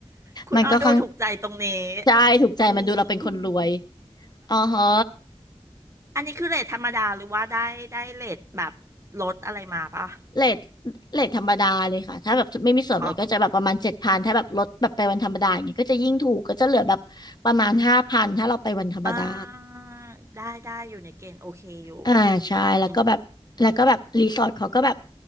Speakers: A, on the right (about 25°); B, on the left (about 40°).
A: คุณอ้อดูถูกใจตรงนี้
B: มันก็ค่อนใช่ถูกใจมันดูเราเป็นคนรวย
A: อืม <laughs>
B: อ๋อฮะ
A: อันนี้คือเรทธรรมดาหรือว่าได้ได้เรทแบบลดอะไรมาปะ
B: เรทเรทธรรมดาเลยค่ะถ้าแบบไม่มีส่วนลดก็จะแบบประมาณเจ็ดพันถ้าแบบลดแบบไปวันธรรมดาอย่างเงี้ยก็จะยิ่งถูกก็จะเหลือแบบประมาณห้าพันถ้าเราไปวันธรรมดา
A: อ๋ออ่าได้ได้อยู่ในเกณฑ์โอเคอยู่
B: อ่าใช่แล้วก็แบบแล้วก็แบบรีสอร์ทเขาก็แบบ
A: อืม